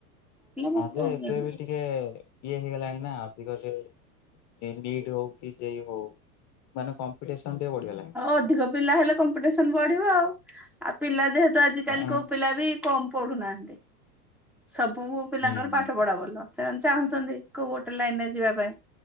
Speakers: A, in the centre; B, on the left (about 35°).
A: ପିଲା ବହୁତ କମ
B: ଯେ ଏବେ
A: ନେବେ
B: ବି ଟିକେ ଇଏ ହେଇଗଲାଣି ନା ଅଧିକ ସେ ଇଣ୍ଡିଏଇଟ୍ ହଉ କି ଯେ ଇ ହଉ ମାନେ କ ରେଶନ୍ ଟିକେ ବଢ଼ିଗଲା।
A: ଅଧିକ ପିଲା ହେଲେ କମ୍ପିଟେସନ ବଢିବ ଆଉ ଆଉ ପିଲା ଯେହେତୁ ଆଜିିକାଲି
B: ବଢିଗଲାଣି।
A: କୋଉ ପିଲା ବି କମ୍ ପଢୁନାହାନ୍ତି। ସବୁ ପିଲାଙ୍କର
B: ହୁଁ
A: ପାଠ
B: ହୁଁ
A: ପଢା ଭଲ ସେମାନେ ଚାହୁଁଛନ୍ତି କୋଉ ଗୋଟେ ଲାଇନରେ ଯିବା ପାଇଁ।